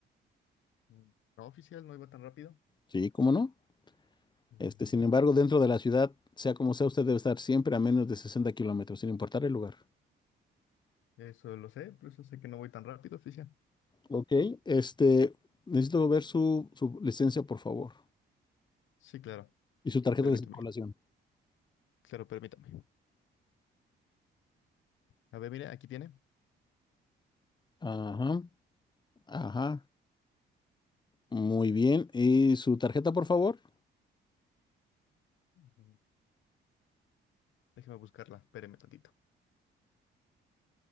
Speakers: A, on the left (about 75°); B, on the left (about 20°).
A: Mm, No, oficial, no iba tan rápido.
B: Sí, ¿cómo no?
A: Mm,
B: Este,
A: No,
B: sin embargo, dentro de la ciudad, sea como sea, usted debe estar siempre a menos de sesenta kilómetros, sin importar el lugar.
A: eso lo sé, por eso sé que no voy tan rápido, oficial.
B: Ok, este, necesito ver su, su licencia, por favor,
A: Sí, claro,
B: y su tarjeta
A: permítame.
B: de circulación.
A: Claro, permítame. A ver, mire, aquí tiene.
B: Ajá, ajá. Muy bien. ¿Y su tarjeta, por favor?
A: Mm, Déjeme buscarla, espéreme tantito.